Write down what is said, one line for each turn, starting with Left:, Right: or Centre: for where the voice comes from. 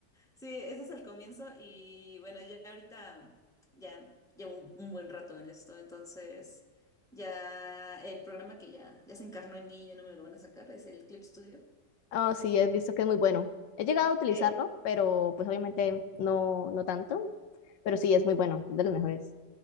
Centre: Sí, ese es el comienzo y bueno, ya ahorita ya llevo un, un buen rato en esto, entonces ya el programa que ya, ya se encarnó en mí y ya no me lo van a sacar es el Clip Studio.
Left: Oh, sí, he visto que es muy bueno. He llegado a utilizarlo,
Centre: Eh,
Left: pero pues obviamente no, no tanto, pero sí, es muy bueno, es de los mejores.